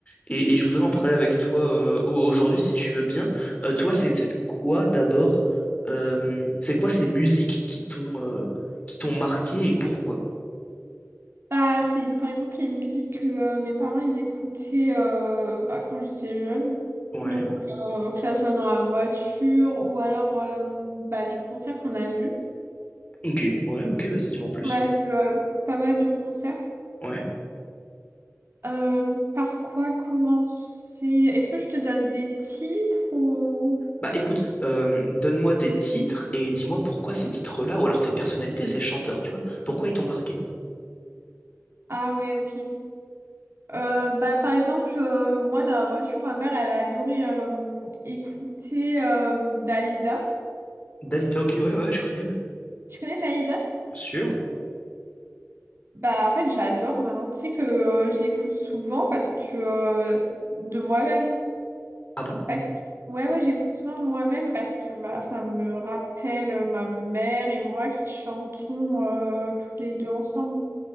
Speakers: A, on the left; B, on the right.
A: Et, et je voudrais en parler avec toi, euh, au- aujourd'hui, si tu veux bien. Euh, toi, c'était quoi d'abord? euh, c'est quoi ces musiques qui t'ont euh, qui t'ont marqué et pourquoi?
B: Bah, c'est par exemple les musiques que euh, mes parents ils écoutaient euh, bah, quand j'étais jeune.
A: Ouais.
B: Donc euh, que ça soit dans la voiture ou alors euh, bah, les concerts qu'on a vus.
A: Ok, ouais, ok, vas-y, dis-moi en plus.
B: On a vu euh, pas mal de concerts.
A: Ouais.
B: Euh, donc par quoi commencer? Est-ce que je te donne des titres ou...
A: Bah écoute, euh, donne-moi des titres et dis-moi pourquoi ces titres-là, ou alors ces personnalités, ces chanteurs, tu vois, pourquoi ils t'ont marqué.
B: Ah ouais, ok. Euh, bah, par exemple, euh, moi dans la voiture, ma mère elle adorait euh, écouter euh, Dalida.
A: Dalida, ok, ouais, ouais, je connais, ouais.
B: Tu connais Dalida?
A: Bien sûr.
B: Bah en fait j'adore maintenant, tu sais que euh, j'écoute souvent parce que euh, de moi-même.
A: Ah bon?
B: Parce que... Ouais ouais j'écoute souvent de moi-même parce que bah ça me rappelle euh, ma mère et moi qui chantons euh, toutes les deux ensemble.